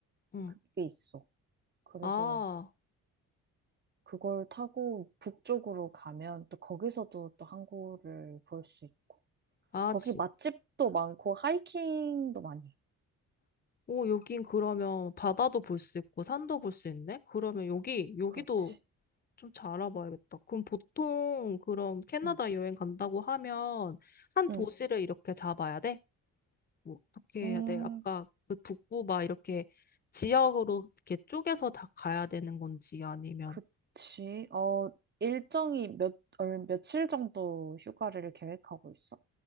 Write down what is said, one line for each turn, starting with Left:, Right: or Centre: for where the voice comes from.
Left: 음.
Right: 그게 있어. 그래서
Left: 아,
Right: 그걸 타고 북쪽으로 가면 또 거기서도 또 항구를 볼 수 있고.
Left: 아,
Right: 거기
Left: 진.
Right: 맛집도 많고 하이킹도 많이 해.
Left: 오, 여긴 그러면 바다도 볼 수 있고 산도 볼 수 있네. 그러면 여기 여기도
Right: 그렇지.
Left: 좀 잘 알아봐야겠다. 그럼 보통 그럼 캐나다
Right: 응.
Left: 여행 간다고 하면 한
Right: 응.
Left: 도시를 이렇게 잡아야 돼? 뭐 어떻게
Right: 음,
Left: 해야 돼? 아까 그 북부 막 이렇게 지역으로 이렇게 쪼개서 다 가야 되는 건지 아니면
Right: 그치. 어, 일정이 몇, 얼, 며칠 정도 휴가를 계획하고 있어?